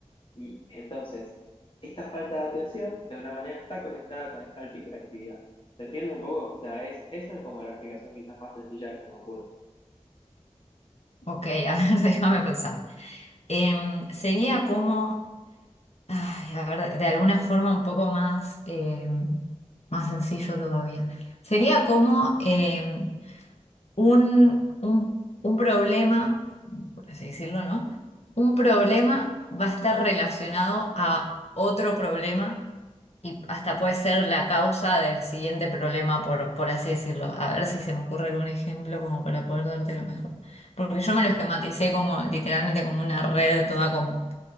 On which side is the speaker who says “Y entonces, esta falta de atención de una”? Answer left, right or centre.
Left